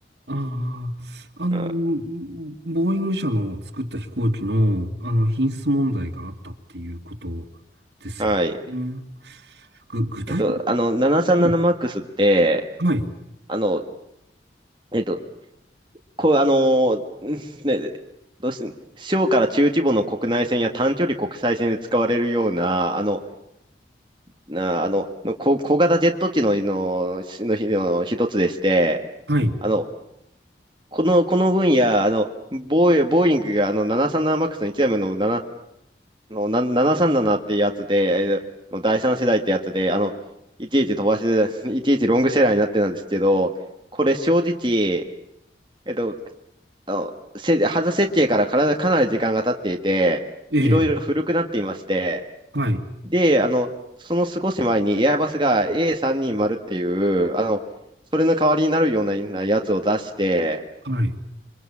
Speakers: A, on the right (about 70°); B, on the right (about 25°).
A: ああ、あの、
B: うん。
A: んボーイング社の作った飛行機の、あの、品質問題があったっていうことですよね。
B: はい。
A: ぐ、具体的
B: えっと、あの、737MAX
A: に、
B: って、
A: はい、
B: あの、えっと、こう、あの <laughs> ね、どうして、小から中規模の国内線や短距離国際線で使われるような、あの、なあの、の小、小型ジェット機の、の、しの、の一つでして、
A: はい、
B: あの、この、この分野、あの、ボーイ、ボーイングがあの 737MAX の1台目のななの、な、737っていうやつで、えーの第3世代ってやつで、あの、いちいち飛ばして、<laughs> いちいちロングセラーになってたんですけど、これ正直、えっと、あの、せ、外設計から体かなり時間が経っていて、
A: ええ、
B: いろいろ古くなっていまして、
A: はい、
B: で、あの、その少し前にエアバスが A320 っていう、あの、それの代わりになるようななやつを出して、
A: はい、